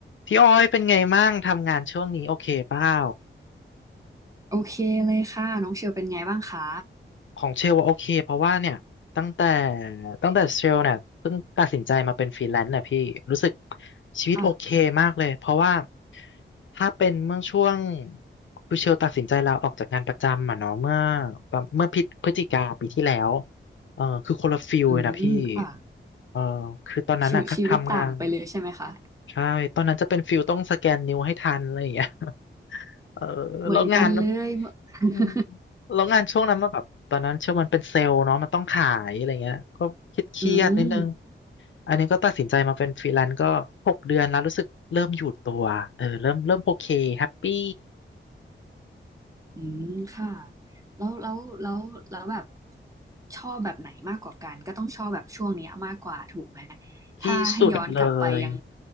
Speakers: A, on the left (about 70°); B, on the right (about 15°).
A: พี่อ้อยเป็นไงมั่งทำงานช่วงนี้โอเคเปล่า
B: โอเคเลยค่ะน้องเชลเป็นไงบ้างคะ
A: ของเชลว่าโอเคเพราะว่าเนี่ยตั้งแต่ตั้งแต่เชลเนี่ยเพิ่งตัดสินใจมาเป็นฟรีแลนซ์น่ะพี่รู้สึกชีวิตโอเคมากเลยเพราะว่า
B: ค่ะ
A: ถ้าเป็นเมื่อช่วงคือเชลตัดสินใจลาออกจากงานประจำอ่ะเนาะเมื่อประเมื่อพิจพฤศจิกาปีที่แล้วเออคือคนละฟิลเลยนะพี่
B: อืมค่ะ
A: เออคือตอนนั้นอ่ะค่ะทำงาน
B: ชีวิตชีวิตต่างไปเลยใช่ไหมคะ
A: ใช่ตอนนั้นจะเป็นฟิลต้องสแกนนิ้วให้ทันอะไรอย่างเงี้ย <laughs> เออแล้วงาน
B: เหมือนกันเลย <laughs> เมื่อ <laughs>
A: อืม แล้วงานช่วงนั้นมาแบบตอนนั้นเชื่อมันเป็นเซลล์เนาะมันต้องขายอะไรเงี้ยก็คิดเครียดๆนิดนึง
B: อืม
A: อันนี้ก็ตัดสินใจมาเป็นฟรีแลนซ์ก็หกเดือนแล้วรู้สึกเริ่มอยู่ตัวเออเริ่มเริ่มโอเคแฮปปี้
B: อืมค่ะแล้วแล้วแล้วแล้วแบบชอบแบบไหนมากกว่ากันก็ต้องชอบแบบช่วงเนี้ยมากกว่าถูกไหมถ้าให้ย้อนกลับไปยัง
A: ที่สุดเลย